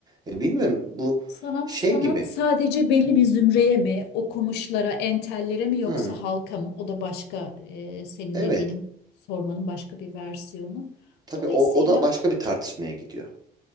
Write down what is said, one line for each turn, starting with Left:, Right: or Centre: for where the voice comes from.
Right: e, bilmiyorum bu
Left: Sanat
Right: şey
Left: sanat
Right: gibi.
Left: sadece belli bir zümreye mi, okumuşlara, entellere mi yoksa
Right: Hı,
Left: halka mı? O da başka e, senin
Right: evet.
Left: dediğinin sormanın başka bir versiyonu.
Right: Tabii
Left: Dolayısıyla
Right: o, o da başka bir tartışmaya gidiyor.